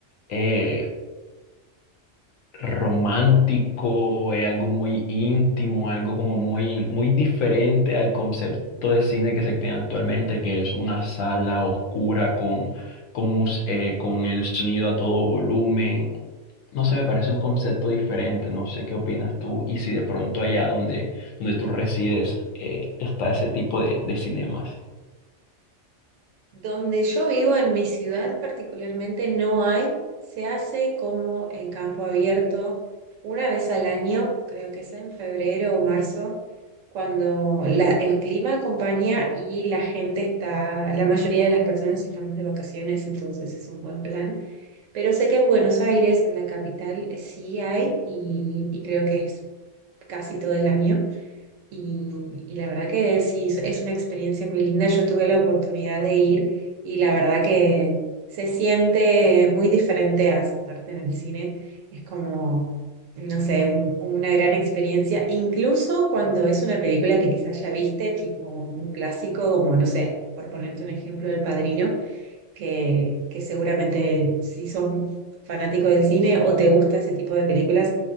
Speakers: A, on the left; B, on the right.
A: eh, romántico, eh, algo muy íntimo, algo como muy, muy diferente al concepto de cine que se tiene actualmente, que es una sala oscura con, con, mus- eh, con el sonido a todo volumen no sé, me parece un concepto diferente, no sé qué opinas tú y si de pronto allá donde, donde tú resides eh, está ese tipo de, de cinemas.
B: Donde yo vivo, en mi ciudad particularmente, no hay, se hace como en campo abierto una vez al año, creo que es en febrero o marzo, cuando la- el clima acompaña y la gente está, la mayoría de las personas estamos de vacaciones, entonces es un buen plan Pero sé que en Buenos Aires, en la capital, sí hay y, y creo que es casi todo el año. Y, y la verdad que sí, es es una experiencia muy linda. Yo tuve la oportunidad de ir y la verdad que se siente muy diferente a sentarte en el cine. Es como, no sé, un- una gran experiencia. Incluso cuando es una película que quizás ya viste, tipo un clásico, como, no sé, por ponerte un ejemplo, El Padrino que, que seguramente si sos fanático del cine o te gusta ese tipo de películas,